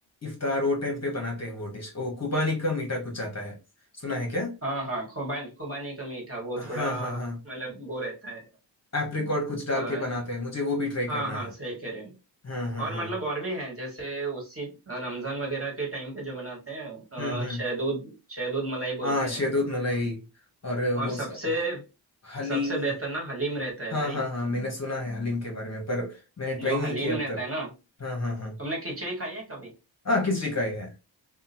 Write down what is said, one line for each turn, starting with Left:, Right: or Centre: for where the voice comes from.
Left: इफ्तार वो टाइम पे बनाते हैं वो डिश वो कुबानी का मीठा कुछ आता है सुना है क्या
Right: हाँ हाँ खुबानी खुबानी का मीठा वो
Left: हाँ
Right: थोड़ा
Left: हाँ हाँ
Right: मतलब वो रहता है
Left: एप्रिकॉट कुछ डाल
Right: अ,
Left: के बनाते हैं मुझे वो भी ट्राई करना
Right: हाँ हाँ
Left: है
Right: सही कह रहे हो
Left: हाँ हाँ
Right: और
Left: हाँ
Right: मतलब और भी हैं जैसे उसी रमजान वगैरह के टाइम पे जो बनाते हैं
Left: हम्म हम्म।
Right: अ, शहदूद शहदूद मलाई
Left: हाँ
Right: बोलते
Left: शहदोद
Right: हैं
Left: मलाई और
Right: और
Left: वो
Right: सबसे
Left: स- हलीम
Right: सबसे बेहतर ना हलीम रहता है
Left: हाँ
Right: भाई
Left: हाँ हाँ मैंने सुना है हलीम के बारे में पर मैंने ट्राई
Right: जो
Left: नहीं
Right: हलीम
Left: किया अब
Right: रहता
Left: तक
Right: है ना
Left: हाँ हाँ हाँ
Right: तुमने खिचड़ी खाई है कभी
Left: हाँ खिचड़ी का ही है